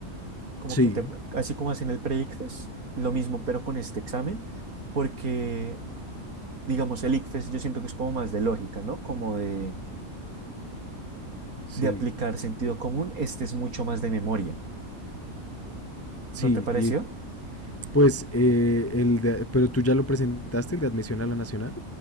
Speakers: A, on the right; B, on the left.
A: como
B: Sí,
A: que te, así como hacen el pre-ICFES, lo mismo, pero con este examen, porque digamos, el ICFES yo siento que es como más de lógica, ¿no? Como de,
B: sí,
A: de aplicar sentido común, este es mucho más de memoria,
B: sí.
A: ¿no te pareció?
B: Y pues, eh, el de- pero tú ya lo presentaste, el de admisión a la nacional.